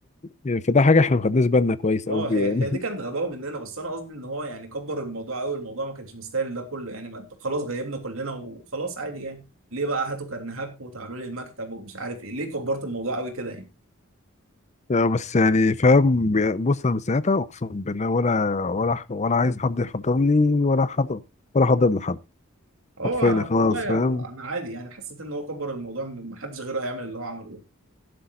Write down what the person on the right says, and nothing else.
اه
هي
هي دي كانت غباوه مننا بس انا قصدي ان هو يعني كبر الموضوع قوي الموضوع ما كانش مستاهل ده كله يعني ما خلاص غيبنا كلنا وخلاص عادي يعني ليه بقى هاتوا كرنيهاك وتعالوا لي المكتب ومش عارف ايه ليه كبرت الموضوع قوي كده يعني
اه
والله يا-
انا عادي يعني حسيت ان هو كبر الموضوع ما حدش غيره هيعمل اللي هو عمله ده